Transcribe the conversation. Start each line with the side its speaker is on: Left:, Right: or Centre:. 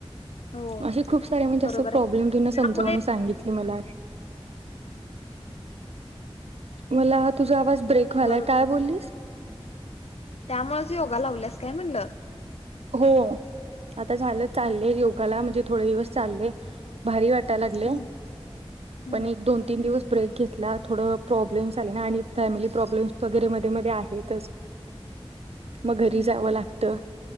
Left: हो
Right: असे खूप सारे म्हणजे
Left: बरोबर
Right: असं प्रॉब्लेम
Left: आहे
Right: तु समजवून
Left: त्यामुळे
Right: सांगितले मला. मलाा तुझा आवाज ब्रेकवालाय
Left: बरोबर
Right: काय बोललीस.?
Left: त्यामुळेच योगा लावल्यास काय म्हनलं?
Right: हो आता झालं चाललेय योगाला म्हणजे थोडे दिवस चालले. भारी वाटाय लागले
Left: हम्म हम्म
Right: पण एक दोन तीन दिवस ब्रेक घेतला थोडं प्रॉब्लेम्स आले ना आणि फॅमिली प्रॉब्लेम्स वगैरे मध्ये मध्ये आहेतच. मग घरी
Left: हम्म
Right: जावं लागतं.